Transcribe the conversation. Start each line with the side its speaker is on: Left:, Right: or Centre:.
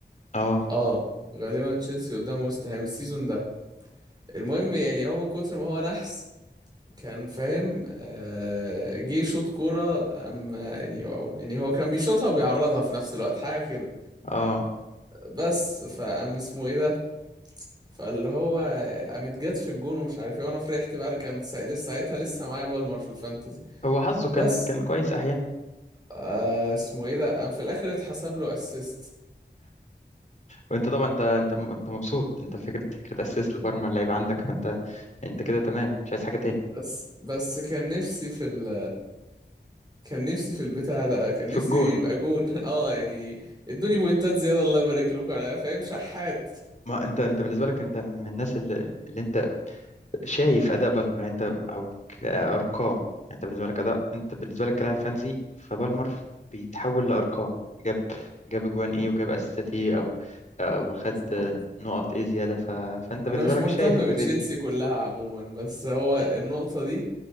Left: اه
Right: اه غالبا تشيلسي قدام ويست هام السيزون ده المهم يعني هو من كتر ما هو نحس كان فاهم آه، جه شوط كورة أما يعني هو- يعني هو كان بيشوطها وبيعرضها في نفس الوقت حاجة كده
Left: اه
Right: بس فقام اسمه ايه ده فاللي هو قامت جت في الجون ومش عارف ايه وانا فرحت بقى انا كانت سا- لسه ساعتها لسه معايا بالمر في الفانتزي
Left: هو حظه كان
Right: بس
Left: كان كويس أحيانا
Right: آه اسمه ايه ده قام في الاخر اتحسب له اسيست
Left: وانت طبعا انت انت انت مبسوط انت فكره فكره اسيست لبرمر اللعيب عندك فانت انت كده تمام مش عايز حاجه تاني
Right: بس بس كان نفسي في ال كان نفسي في البتاع ده كان نفسي
Left: في الجون
Right: يبقى جون <laughs> اه يعني ادوني بوينتات زيادة الله يبارك لكم انا فاهم شحات
Left: ما انت انت بالنسبه لك انت من الناس اللي, اللي انت شايف اداء بالمر يعني انت او كارقام
Right: امم
Left: يعني انت بالنسبه لك اداء انت بالنسبه لك كلاعب فانزي فبالمر بيتحول لارقام جاب جاب اجوان ايه وجاب اسيستات ايه او او خد
Right: بالظبط
Left: نقط ايه زياده ف... فانت
Right: انا
Left: بالنسبه
Right: مش
Left: لك
Right: مهتم
Left: شايف الجزئيه
Right: بتشيلسي
Left: دي
Right: كلها عموما بس هو النقطة دي